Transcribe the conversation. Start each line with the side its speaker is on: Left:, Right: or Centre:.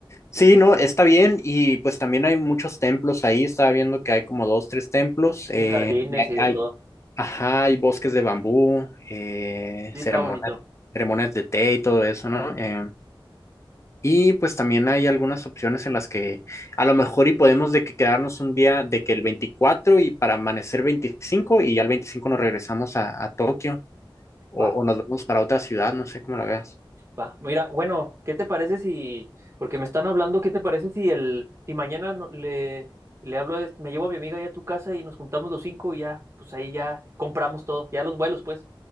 Left: Sí, no, está bien y pues también hay muchos templos ahí, estaba viendo que hay como dos, tres templos, eh,
Right: y jardines
Left: y hay,
Right: y de
Left: hay-
Right: todo.
Left: ajá, hay bosques de bambú, eh,
Right: Sí,
Left: ceremonias,
Right: está bonito.
Left: ceremonias de té y todo eso, ¿no? Eh, y pues también hay algunas opciones en las que a lo mejor y podemos de que quedarnos un día de que el 24 y para amanecer 25 y ya el 25 nos regresamos a, a Tokio o,
Right: Va,
Left: o nos vamos para otra ciudad, no sé cómo la veas.
Right: va. Mira, bueno, ¿qué te parece si, porque me están hablando, ¿qué te parece si el, si mañana no- le, le hablo, a- este, me llevo a mi amiga ya a tu casa y nos juntamos los cinco y ya, pues ahí ya compramos todo, ya los vuelos, pues,